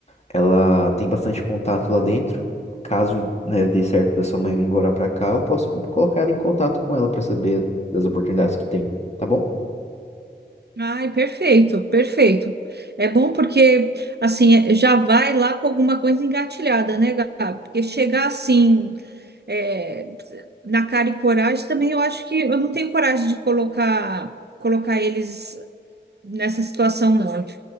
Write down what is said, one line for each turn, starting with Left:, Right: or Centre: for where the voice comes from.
Left: Ela tem bastante contato lá dentro. Caso, né, dê certo da sua mãe vir embora pra cá, eu posso colocar ela em contato com ela pra saber das oportunidades que tem, tá bom?
Right: Ai, perfeito, perfeito. É bom porque, assim, é- já vai lá com alguma coisa engatilhada, né, Gabi? Porque chegar assim, é, na cara e coragem também, eu acho que eu não tenho coragem de colocar colocar eles nessa situação, não.